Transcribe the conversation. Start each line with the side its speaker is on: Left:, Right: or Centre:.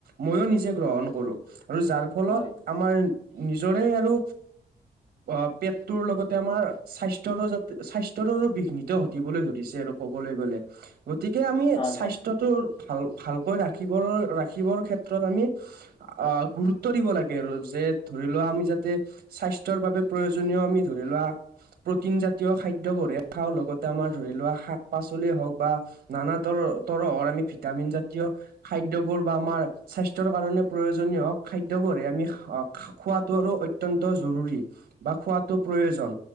Right: ময়ো নিজে গ্ৰহণ কৰো আৰু যাৰ ফলত
Left: হয়
Right: আমাৰ নিজৰে আৰু অ', পেটটোৰ লগতে আমাৰ স্বাস্থ্যৰো স্বাস্থ্যৰো বিঘ্নিত ঘটিবলৈ ধৰিছে আৰু। ক'বলৈ গ'লে, গতিকে আমি
Left: হয়
Right: স্বাস্থ্যটোৰ
Left: হয়
Right: ভাল ভালকৈ ৰাখিবৰ ৰাখিবৰ ক্ষেত্ৰত আমি আ, গুৰুত্ব দিব লাগে আৰু যে ধৰি লোৱা আমি যাতে স্বাস্থ্যৰ বাবে প্ৰয়োজনীয় আমি ধৰি লোৱা প্ৰ'টিন জাতীয় খাদ্যবঢ়িয়া খাওঁ লগতে আমাৰ ধৰি লোৱা শাক পাচলি হওক বা নানা তৰ তৰহৰ আমি ভিটামিন জাতীয় খাদ্যবোৰ বা আমাৰ স্বাস্থ্যৰ কাৰণে প্ৰয়োজনীয় হওক খাদ্যবোৰ আমি খও খোৱাটো আৰু অত্যন্ত জৰুৰী বা খোৱাটো প্ৰয়োজন